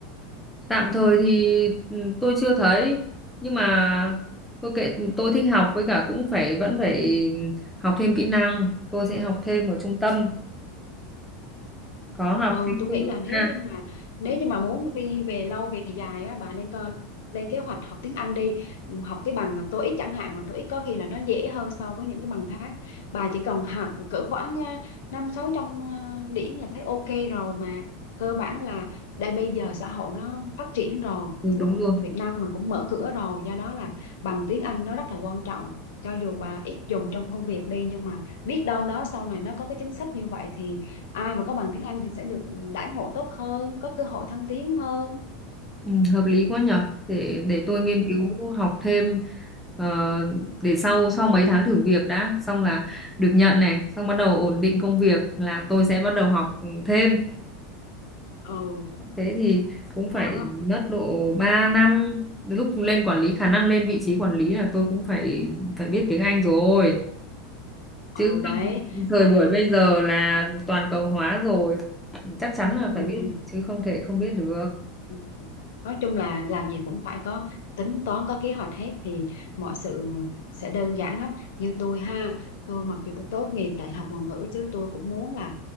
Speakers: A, in the centre; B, on the left.
A: Tạm thời thì ừ, tôi chưa thấy nhưng mà tôi kệ tôi thích học với cả cũng phải vẫn phải học thêm kỹ năng tôi sẽ học thêm ở trung tâm có học
B: ừ
A: thêm
B: tôi nghĩ là nếu
A: à,
B: như mà nếu như mà muốn đi về lâu về dài á bà nên coi lên kế hoạch học tiếng Anh đi Ừm, học cái bằng TOEIC chẳng hạn bằng TOEIC có khi là nó dễ hơn so với những cái bằng khác bà chỉ cần học cỡ khoảng ờ, năm sáu trăm ờ, điểm là thấy ok rồi mà cơ bản là đây bây giờ xã hội nó phát triển rồi
A: ừ,
B: Quốc-
A: đúng rồi
B: Việt Nam mình cũng mở cửa rồi do đó là bằng tiếng Anh nó rất là quan trọng cho dù bà ít dùng trong công việc đi nhưng mà biết đâu đó sau này nó có cái chính sách như vậy thì ai mà có bằng tiếng Anh thì sẽ được đãi ngộ tốt hơn có cơ hội thăng tiến hơn
A: ừ, hợp lý quá nhở để để tôi nghiên
B: ừ
A: cứu học thêm ờ, để sau sau mấy tháng thử việc đã xong là được nhận này xong bắt đầu ổn định công việc là tôi sẽ bắt đầu học thêm
B: ừ
A: thế thì cũng
B: đó
A: phải mất
B: ừ,
A: độ 3 năm lúc lên quản lý khả năng lên vị trí quản lý là tôi cũng phải phải biết tiếng Anh rồi
B: ừ
A: chứ
B: đấy
A: không thời
B: đấy
A: buổi bây giờ là toàn cầu hóa rồi chắc chắn là
B: ừ.
A: phải biết chứ không thể không biết được
B: Ừ. Nói chung là làm gì cũng phải có tính toán có kế hoạch hết thì mọi sự sẽ đơn giản lắm như tôi ha tôi mặc dù tôi tốt nghiệp đại học ngoại ngữ chứ tôi cũng muốn là